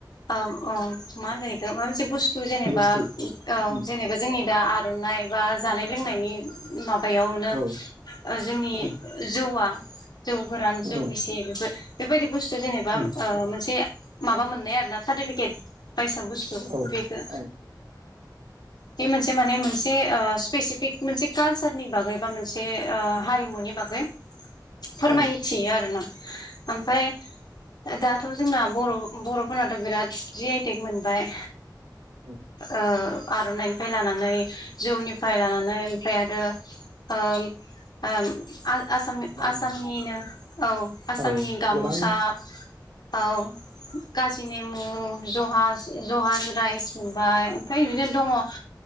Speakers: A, on the left (about 65°); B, on the right (about 75°).
A: मा ओ ओ होनगोखौ मा मोनसे बुस्थु जेनेबा
B: बुस्थु
A: औ
B: उम,
A: जेनेबा जोंनि दा आर'नाइ बा जानाय लोंनायनि माबायावनो
B: औ
A: जोंनि
B: औ
A: जौआ जौ गोरान जौ
B: औ
A: बेसे बेफोर बेबायदि बुस्थु जेनेबा
B: औ
A: ओ मोनसे माबा मोननाय आरो ना सार्टिफिकेट बाय साबुस्थु
B: औ
A: बेखो
B: औ
A: बे मोनसे माने मोनसे ओ स्पेसिफिक मोनसे कालचारनि बागै बा मोनसे ओ हारिमु नि बागै फोरमायथियो
B: औ
A: आरोना ओमफाय दाथ' जोंना बर'-बर'फोरनाथ' बिराद जि आइटेक मोनबाय।
B: औ।
A: ओ आर'नाइनिफ्राय लानानै जौनिफ्राय लानानै ओमफ्राय आरो ओ ओ ओम आ आसाम-आसामनिनो
B: दामजु
A: औ आसामनि
B: औ
A: गाम'सा
B: गोबां
A: औ काजि नेमु जहाज जहाज राइस बा फ्राय बिदिनो दङ ओ